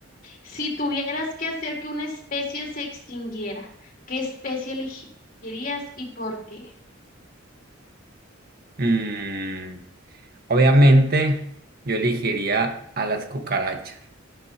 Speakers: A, on the left (about 45°); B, on the right (about 50°).
A: si tuvieras que hacer que una especie se extinguiera, ¿qué especie elegirías y por qué?
B: Mm, obviamente yo elegiría a las cucarachas.